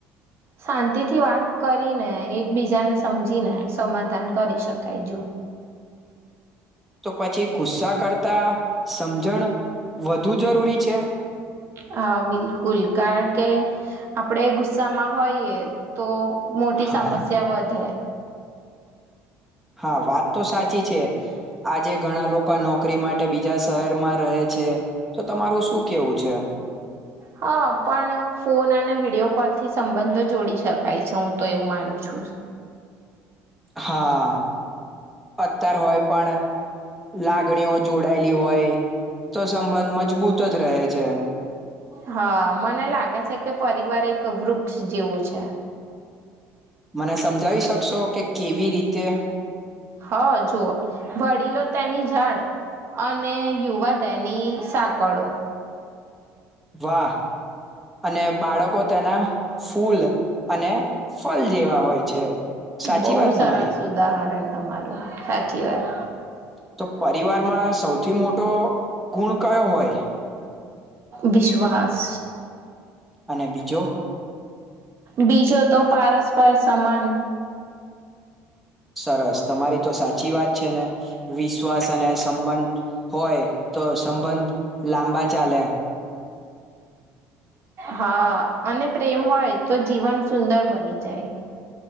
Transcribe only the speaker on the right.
શાંતિથી વાત કરીને એકબીજાને સમજીને સમાધાન કરી શકાય જો
હા બિલકુલ કારણ કે આપણેે ગુસ્સામાં હોઈએ તો મોટી
સમસ્યા વધે
હા પણ ફોન અને વિડીયો કોલ થી સંબંધો જોડી શકાય છે હું તો એવું માનું છું
હા મને લાગે છે કે પરિવાર એક વૃક્ષ જેવું છે
હ જુઓ વડીલો તેની ઝાડ અને યુવા તેની સાકડો
બહુ
સારા
ઉદાહરણ છે તમારું સાચી વાત
વિશ્વાસ
બીજો તો પારસ્પર સમાન
હા અને પ્રેમ હોય તો જીવન સુંદર બની જાય